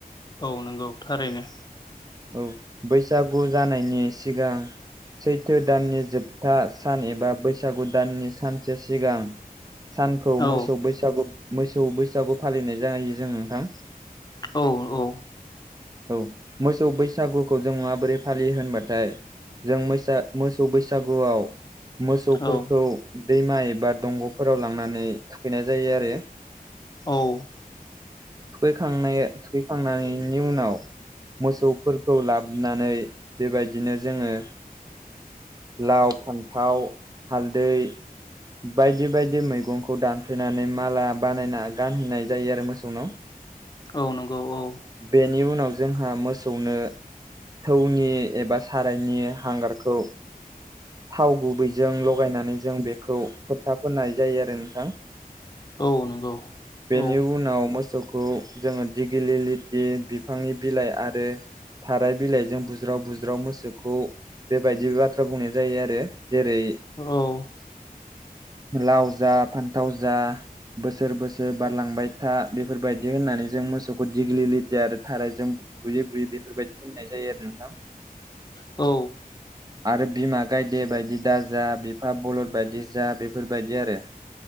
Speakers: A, on the left (about 25°); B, on the right (about 25°).
A: औ नंगौ थारैनो
B: औ बैसागु जानायनि सिगां सैथो दाननि जोब था सान एबा बैसागु दाननि सानसे सिगां सानखौ
A: औ
B: मोसौ बैसागु मोसौ बैसागु फालिनाय जायो जों नोंथां
A: औ औ
B: औ मोसौ बैसागुखौ जों माबोरै फालियो होनबाथाय जों मैसा मोसौ बैसागुआव मोसौफोरखौ
A: औ
B: दैमा एबा दंग'फोराव लांनानै थुखैनाय जायो आरो
A: औ
B: थुखैखांनाय थुखैखांनायनि उनाव मोसौफोरखौ लाबोनानै बेबायदिनो जोङो लाव फान्थाव हालदै बायदि बायदि मैगंखौ दानफ्लेनानै माला बानायना गानहैनाय जायो आरो <unintelligible>
A: औ नंगौ औ
B: बेनि उनाव जोंहा मोसौनो थौनि एबा सारायनि हांगारखौ थाव गुबैजों लगायनानै जों बेखौ होबथा फोनाय जायो आरो नोंथां
A: औ नंगौ
B: बेनि
A: औ
B: उनाव मोसौखौ जोङो दिगिलि लथि बिफांनि बिलाइ आरो थाराय बिलाइजों बुज्राव बुज्राव मोसौखौ बेबायदि बाथ्रा बुंनाय जायो आरो जेरै
A: औ
B: लाव जा फान्थाव जा बोसोर बोसोर बारलांबाय था बेफोरबायदि होननानै जों मोसौखौ दिेग्लिथि आरो थारै जों बुयै बुयै बेफोरबायदि होननाय जायो आरो नोंथां
A: औ
B: आरो बिमा गायदे बायदि दा जा बिफा बलद बायदि जा बेफोरबायदि आरो